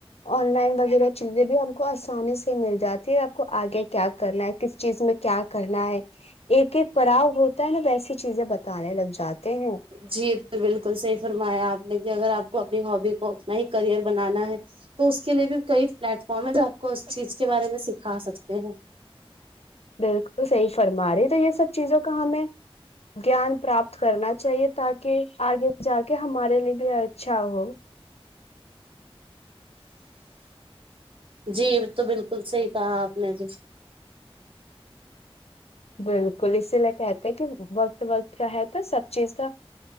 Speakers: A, on the left (about 85°); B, on the right (about 65°).
A: آن لائن وغیرہ چیزیں بھی ہم کو آسانی سے مل جاتی ہے آپ کو آگے کیا کرنا ہے کس چیز میں کیا کرنا ہے ایک ایک پڑاؤ ہوتا ہے نا ویسی چیزیں بتانے لگ جاتی کہینو
B: جی یہ تو بالکل صحی فرمایا آپ نے کہ اگر آپ کو اپنی ہبی کو اپنا ہی کرئر بنانا ہے تو اس کے لیے بھی کئی پلیٹ فارم ہے جو آپ کو اس چیز کے بارے میں سکھا سکتے ہیں
A: بالکل صحیح فرما رہی تو یہ سب چیزوں کا ہمیں گان پراپت کرنا چاہیے تاکہ آگے جا کے ہمارے لیے بھی اچھا ہو
B: جی تو بالکل کل سے ہی کہا آپ نے ابھی
A: بالکل اسی لے کہ آتے ہیں کہت کا ہے تو سب چیز کا